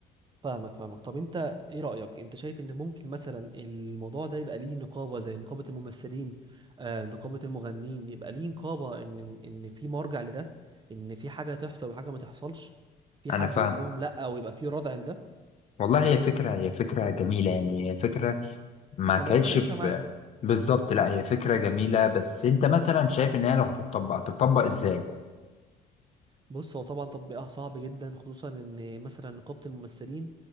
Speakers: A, on the right (about 25°); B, on the left (about 40°).
A: فاهمك فاهمك طب انت ايه رأيك انت شايف ان ممكن مثلا الموضوع ده يبقى ليه نقابة زي نقابة الممثلين آه نقابة المغنيين يبقى ليه نقابة ان ان إن في مرجع لده ان في حاجة تحصل وحاجة ما تحصلش في حد
B: أنا فاهم
A: يقول لهم لا ويبقى في ردع لده
B: والله هي فكرة هي فكرة جميلة يعني هي فكرة ما
A: مم،
B: كانتش
A: انا قلت اناقشها
B: في
A: معاك
B: بالظبط لا هي فكرة جميلة بس انت مثلا شايف ان هي لو هتطبق هتطبق ازاي؟
A: بص هو طبعا تطبيقها صعب جدا خصوصا ان مثلا نقابة الممثلين